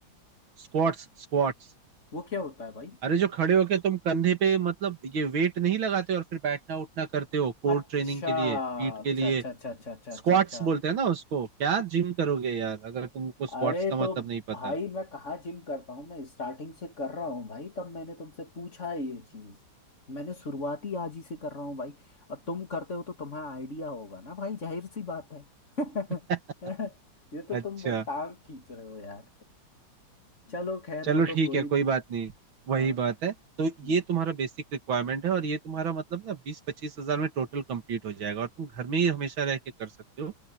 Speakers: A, on the right; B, on the left.
A: Squats squats
B: वो क्या होता है भाई
A: अरे जो खड़े होके तुम कंधे पे मतलब ये वेट नहीं लगाते और फिर बैठना उठना करते हो कोर
B: अच्छा
A: ट्रेनिंग के लिए पीठ
B: अच्छा
A: के लिए
B: अच्छा अच्छा अच्छा अच्छा अच्छा
A: स्क्वाट्स
B: अच्छा
A: बोलते हैं ना उसको क्या जिम करोगे यार अगर तुमको स्क्वाट्स
B: अरे
A: का
B: तो
A: मतलब नहीं पता
B: भाई मैं कहाँ जिम करता हूँ मैं स्टार्टिंग से कर रहा हूँ भाई तब मैंने तुमसे पूछा है ये चीज मैंने शुरुआती आज ही से कर रहा हूँ भाई और तुम करते हो तो तुम्हें आइडिया होगा ना भाई जाहिर सी बात है <laughs>
A: <laughs>
B: ये तो
A: अच्छा
B: तुम टांग खींच रहे हो यार चलो खैर
A: चलो
B: वो तो
A: ठीक
B: कोई
A: है कोई
B: नहीं
A: बात नहीं वही
B: हाँ
A: बात है तो
B: हम्म।
A: ये तुम्हारा बेसिक रिक्वायरमेंट है और ये तुम्हारा मतलब ना बीस पच्चीस हजार में टोटल कंप्लीट हो जाएगा और तुम घर में ही हमेशा रह के कर सकते हो